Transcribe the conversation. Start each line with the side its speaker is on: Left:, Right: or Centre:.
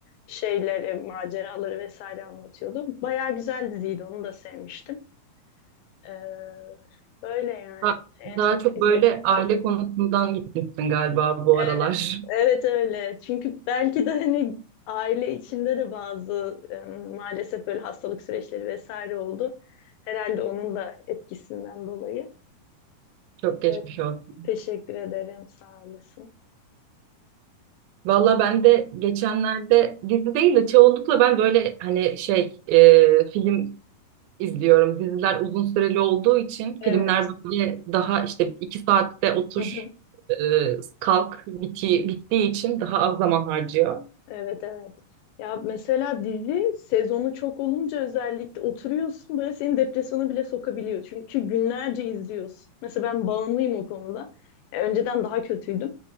Left: şeyleri, maceraları vesaire anlatıyordu. Bayağı güzel diziydi, onu da sevmiştim. Ee, böyle yani
Right: Da-
Left: en
Right: Daha
Left: son
Right: çok
Left: izlediğim
Right: böyle aile
Left: son.
Right: konusundan gitmişsin galiba bu
Left: Evet,
Right: aralar.
Left: evet öyle. Çünkü belki de hani aile içinde de bazı e, maalesef böyle hastalık süreçleri vesaire oldu. Herhalde onun da etkisinden dolayı.
Right: Çok geçmiş
Left: Evet.
Right: olsun.
Left: Teşekkür ederim. Sağ olasın.
Right: Valla ben de geçenlerde dizi değil de çoğunlukla ben böyle hani şey e, film izliyorum. Diziler uzun süreli olduğu için
Left: Evet.
Right: filmler böyle daha işte iki saatte otur
Left: <laughs>
Right: e, kalk biti, bittiği için daha az zaman harcıyor.
Left: Evet evet. Ya mesela dizi sezonu çok olunca özellikle oturuyorsun böyle seni depresyona bile sokabiliyor. Çünkü günlerce izliyorsun. Mesela ben bağımlıyım o konuda. Ya önceden daha kötüydüm.